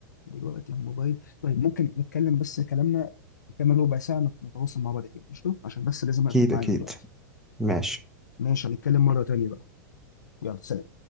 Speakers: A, on the left; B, in the centre.
A: دلوقتي على الموبايل طيب ممكن نتكلم بس كلامنا كمان ربع ساعة نتواصل مع بعض تاني قشطة عشان بس لازم أقفل
B: اكيد
A: معاك
B: اكيد
A: دلوقتي
B: ماشي
A: ماشي هنتكلم مرة تانية بقى يلا سلام